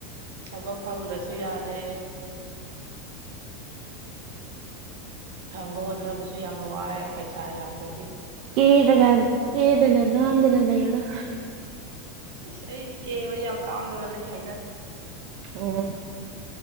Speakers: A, on the right; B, on the right.
A: ꯊꯕꯛ ꯐꯪꯗ꯭ꯔꯁꯨ ꯌꯥꯗꯦ <unintelligible> ꯐꯪꯕ ꯍꯣꯠꯅꯕꯁꯨ ꯌꯥꯝ ꯋꯥꯏꯑꯦ ꯄꯩꯁꯥ ꯌꯥꯎꯗ꯭ꯔꯗꯤ
B: ꯀꯦꯔꯒꯥ ꯀꯦꯗꯅ ꯅꯥꯥꯟꯗꯅ ꯂꯩ ꯑꯣꯗ
A: ꯑꯁ ꯑꯩꯁꯦ ꯀꯦꯕ ꯌꯥꯝ ꯄꯥꯝꯗꯕꯅꯦ ꯍꯥꯏꯅꯗꯦ
B: ꯎꯝ